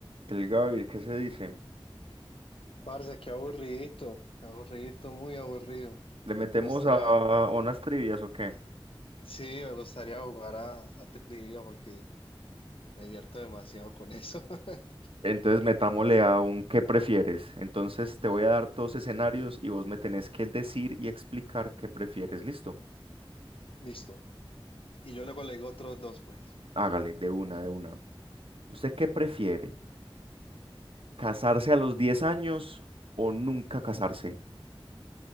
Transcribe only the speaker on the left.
Parce, qué aburridito, aburridito, muy aburrido.
Me gustaría,
sí, me gustaría jugar a, a trivia porque me divierto demasiado con eso. <laughs>
Listo. Y yo luego le digo otros dos, pues.